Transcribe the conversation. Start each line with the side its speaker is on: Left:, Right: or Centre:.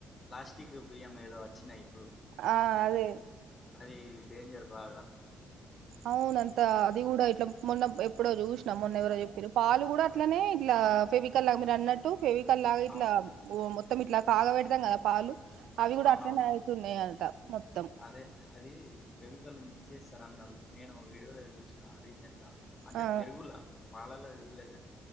Left: ప్లాస్టిక్ బియ్యం మేదో వచ్చినాయి ఇప్పుడు
Right: ఆ అదే
Left: అది డేంజర్ బాగా
Right: అవునంతా అది కూడా ఇట్లా మొన్న బ ఎప్పుడో చూసినా మొన్న ఎవరో పాలు కూడా అట్లనే ఇట్ల ఆ పేవికల్ లాగా మీరు అన్నట్టు ఫేవ్ కల్లాగా ఇట్లా
Left: అవును
Right: మొత్తం ఇట్లా కాగ పెడతాం కదా పాలు అవి కూడా
Left: అవునవును
Right: అట్లనే అవుతున్నాయి అంట మొత్తం
Left: అదే అది ఫెవికాల్ మిక్స్ చేస్తార అన్నారు నేను వీడియోలో చూసిన రీసెంట్ గా అంటే
Right: ఆ
Left: పెరుగుల పాలలో చులే కాని